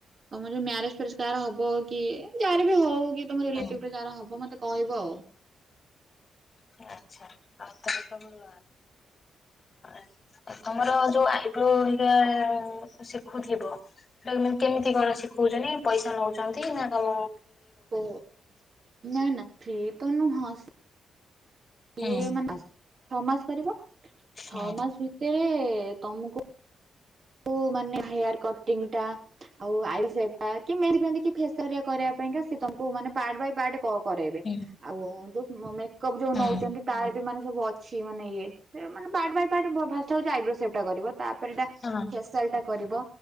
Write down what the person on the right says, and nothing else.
ତମର ଯୋଉ ମ୍ୟାରେଜ ଫ୍ୟାରେଜ କାହାର ହବ କି ଯାହାର ବି ହଉ କି ତମ ରିଲେଟିଭ
ରେ ଯାହାର ହବ ମତେ କହିବ ଆଉ।
ଓ ନା ନା ଫ୍ରିତ ନୁହ ସ ସି
ଇଏ ମାନେ ଛଅ ମାସ କରିବ ଛଅ
ମାସ ଭିତରେ ତମକୁ କୁ ମାନେ ହାୟାର କଟିଂ ଟା ଆଉ ଆଇ ବ୍ରୋ ସେଭ୍ ଟା କି ମେହେନ୍ଦୀ ଫେହେନ୍ଦି କି ଫେସେରିଆ କରିବା ପାଇଁ ଙ୍କା ସେ ତମକୁ ମାନେ ପାଟ୍ ବାଇ ପାଟ୍ କ କରାଇବେ
ଆଉ ଯୋଉ ମ ମେକେଅପ ଯୋଉ
ନଉଛନ୍ତି ଟା ଯୋଉ ମାନେ ସବୁ ଅଛି ମାନେ ଇଏ ସେମାନେ ପାଟ୍ ବାଇ ପାଟ୍ ଭ ଭାଷ୍ଟ୍ ହୋଉଛି ଆଇବ୍ରୋ ସେଭ ଟା କରିଵ ତାପରେଟା
ସେଇଟା କରିବ